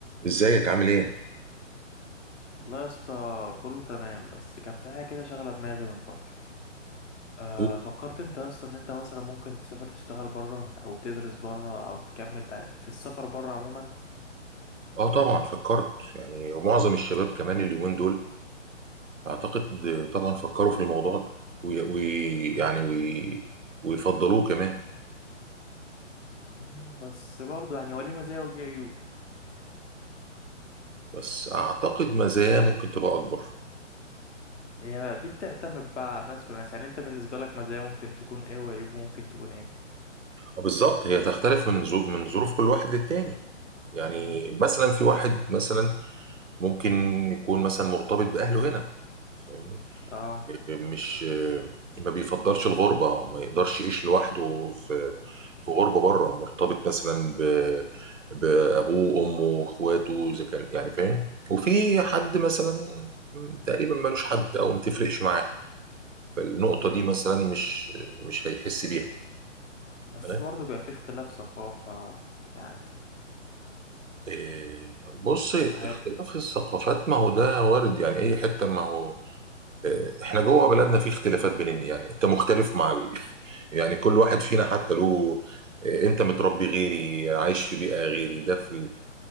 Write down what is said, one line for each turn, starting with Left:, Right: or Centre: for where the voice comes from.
Right: ازيك عامل ايه؟
Left: والله يا اسطى كله تمام بس كان في حاجة كده شاغلة دماغي من فترة أه
Right: أوه.
Left: فكرت انت اصلا ان انت مثلا ممكن تسافر تشتغل بره او تدرس بره او تكمل تع- في السفر بره عموما
Right: اه طبعا فكرت يعني ومعظم الشباب كمان اليومين دول اعتقد طبعا فكروا في الموضوع ده ويعني وي يعني وي ويفضلوه كمان
Left: مم، بس برضه يعني هو ليه مزايا وليه عيوب
Right: بس اعتقد مزاياه ممكن تبقى اكبر
Left: هي دي بتعتمد بقى على ناس وناس يعني انت بالنسبة لك مزايا ممكن تكون ايه وعيوب ممكن تكون ايه
Right: آه بالظبط هي تختلف من ظروف من ظروف كل واحد للتاني يعني
Left: مم.
Right: مثلا في واحد مثلا ممكن يكون مثلا مرتبط باهله هنا فاهمني
Left: اه
Right: مش ما بيفضلش الغربة ما يقدرش يعيش لوحده في في غربة بره مرتبط مثلا ب بأبوه وأمه وإخواته إذا كان يعني فاهم وفي حد مثلا تقريبا ملوش حد أو ما تفرقش معاه فالنقطة
Left: مم.
Right: دي مثلا مش مش هيحس بيها
Left: بس
Right: فاهم
Left: برضه بيبقى في اختلاف ثقافة يعني
Right: إيه، بص اختلاف
Left: هير...
Right: الثقافات ما هو ده وارد يعني أي حتة ما هو آه، احنا جوه بلدنا في اختلافات بيننا يعني انت مختلف مع ال... <laughs> يعني كل واحد فينا حتى له آه، انت متربي غيري عايش في بيئة غيري ده في ال...